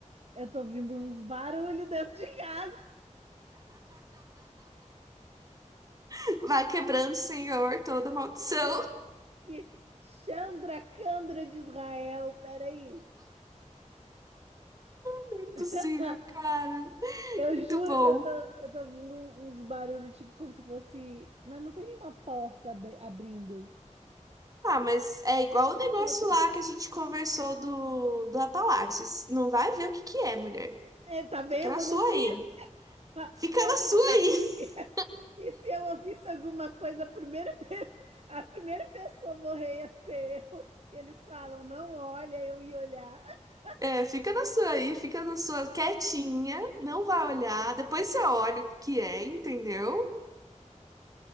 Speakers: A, on the right; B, on the right.
A: eu tô ouvindo uns barulhos dentro de casa
B: <laughs> Vai quebrando, Senhor, toda maldição.
A: que Chandra Candra de Israel, peraí.
B: <laughs> Impossível,
A: <laughs>
B: cara.
A: Eu
B: Muito
A: juro
B: bom.
A: que eu tô, eu tô ouvindo um- uns barulhos, tipo, como se fosse. Mas não tem nenhuma porta ab- abrindo.
B: Ah, mas é igual
A: Será
B: o negócio
A: que é meu cachorro?
B: lá que a gente conversou do, do Apalaches. Não vai ver o que que é, mulher.
A: É, tá vendo?
B: Fica na
A: Eu
B: sua
A: não disse!
B: aí.
A: <laughs>
B: Fica
A: Eu
B: na
A: não
B: sua
A: disse
B: aí.
A: que.
B: <laughs>
A: que se eu ouvisse alguma coisa, a primeira, pe- <laughs> a primeira pessoa a morrer ia ser eu, que eles falam, não olha, eu ia olhar. <laughs>
B: É, fica na sua aí, fica na sua quietinha, não vai olhar. Depois você olha o que que é, entendeu?